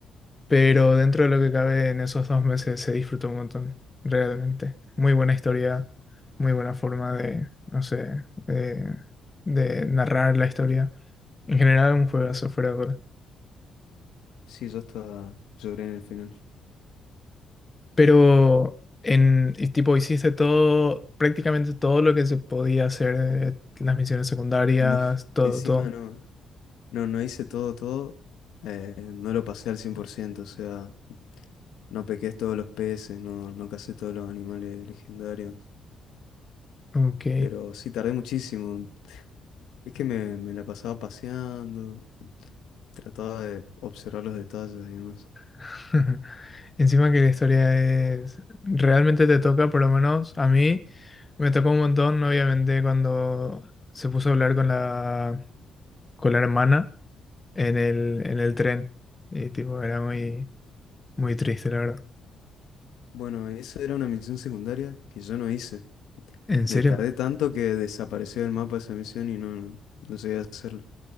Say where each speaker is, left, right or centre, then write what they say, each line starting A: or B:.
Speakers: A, on the left (about 20°); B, on the left (about 75°).
A: Pero dentro de lo que cabe en esos dos meses se disfrutó un montón, realmente. Muy buena historia, muy buena forma de, no sé, de, de narrar la historia. En general, un juegazo fuera de duda.
B: sí, yo hasta lloré en el final.
A: Pero en y tipo hiciste todo, prácticamente todo lo que se podía hacer, eh, las misiones secundarias,
B: No, <laughs>
A: todo,
B: encima
A: todo.
B: no, no, no hice todo, todo. eh, no lo pasé al 100%, o sea, no pequé todos los peces, no, no cacé todos los animales legendarios.
A: Ok.
B: Pero sí tardé muchísimo. Es que me, me la pasaba paseando, trataba de observar los detalles, digamos.
A: <laughs> Encima que la historia es, realmente te toca, por lo menos a mí, me tocó un montón, obviamente, cuando se puso a hablar con la, con la hermana en el, en el tren. Y tipo, era muy, muy triste, la verdad.
B: Bueno, esa era una misión secundaria que yo no hice.
A: ¿En
B: Me
A: serio?
B: tardé tanto que desapareció del mapa esa misión y no, no no llegué a hacerla.